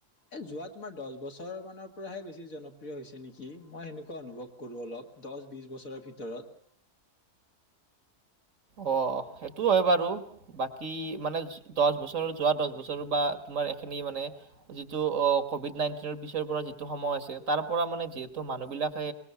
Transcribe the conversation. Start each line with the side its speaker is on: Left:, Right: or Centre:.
Left: এ যোৱা তোমাৰ দহ বছৰ মানৰ পৰাহে বেছি জনপ্ৰিয় হৈছে নেকি কি মই সেনেকুৱা অনুভৱ কৰোঁ অলপ, দহ বিছ বছৰৰ ভিতৰত।
Right: অ', সেইটো হয় বাৰু। বাকী মানে দহ বছৰ যোৱা দহ বছৰ বা তোমাৰ এইখিনি মানে যিটো অ কভিড নাইনটিনৰ পিছৰ পৰা যিটো সময় আছে তাৰ পৰা মানে যিহেতু মানুহ বিলাকে